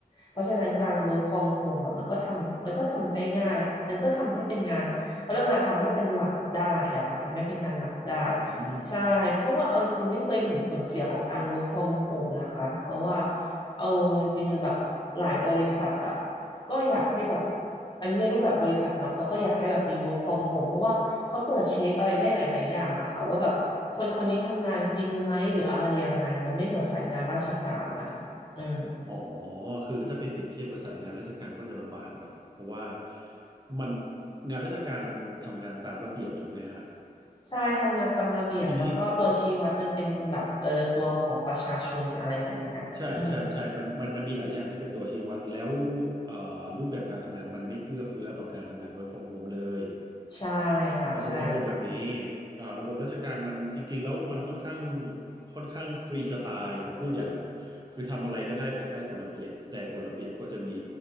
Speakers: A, on the left; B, on the right.
A: เพราะฉะนั้นการ work from home อะมันก็ทำมันก็ทำได้ง่ายมันก็ทำให้เป็นงานเขาเรียกว่าทำให้เป็นหลักได้อะค่ะทำให้เป็นงานหลักได้
B: อืม
A: ใช่ เพราะว่าเอาจริงๆไม่เคยเห็นผลเสียของการ work from home นะคะเพราะว่าเอาจริงๆแบบหลายบริษัทอะก็อยากให้แบบอันนี้ในรูปแบบบริษัทนะเขาก็อยากให้แบบมี work from home เพราะว่าเขาตรวจเช็คอะไรได้หลายๆอย่างอะค่ะว่าแบบคนคนนี้ทำงานจริงไหมหรืออะไรยังไงมันไม่เหมือนสายงานราชการนะคะอืม
B: อ๋อคือถ้าไปเปรียบเทียบกับสายงานราชการก็จะลำบากหน่อยเพราะว่ามันงานราชการมันทำงานตามระเบียบถูกไหมฮะ
A: ใช่ทำงานตามระเบียบแล้วก็ตัวชี้วัดมันเป็นแบบเออตัวของประชาชนอะไรอย่างเงี้ยอืม
B: ทีนี้ ใช่ใช่ใช่มันมันมันมีหลายอย่างที่เป็นตัวชี้วัดแล้วเอ่อรูปแบบการทำงานมันไม่เอื้อเฟื้อต่อการทำงาน work from home เลย
A: ใช่ค่ะใช่
B: แต่ผมต้องพูดแบบนี้เอ่อระบบราชการมันจริงๆแล้วมันค่อนข้างค่อนข้างฟรีสไตล์ผมพูดอย่างหนึ่งคือทำอะไรก็ได้ภายใต้กฎระเบียบแต่กฎระเบียบก็จะมี